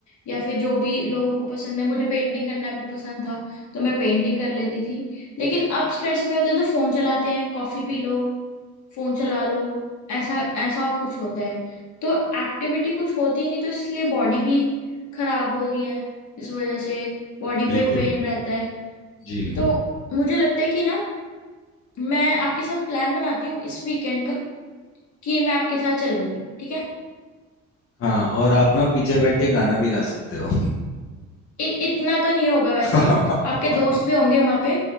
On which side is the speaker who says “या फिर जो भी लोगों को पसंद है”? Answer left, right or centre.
Left